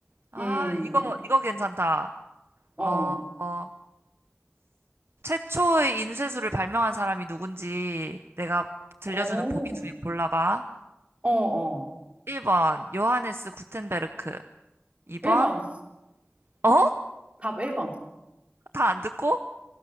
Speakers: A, on the right (about 65°); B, on the right (about 30°).
A: 아,
B: 음.
A: 이거, 이거 괜찮다.
B: 어.
A: 어, 어. 최초의 인쇄술을 발명한 사람이 누군지 내가 들려주는
B: 어.
A: 보기 중에 골라봐.
B: 어, 어.
A: 1번, 요하네스 구텐베르크. 2번,
B: 1번.
A: 어?
B: 답 1번.
A: 다 안 듣고?